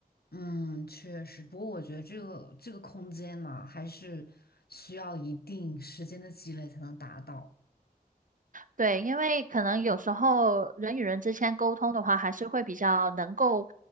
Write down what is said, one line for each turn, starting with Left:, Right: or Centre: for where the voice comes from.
Left: 嗯，确实，不过我觉得这个这个空间嘛，还是需要一定时间的积累才能达到。
Right: 对，因为可能有时候人与人之间沟通的话，还是会比较能够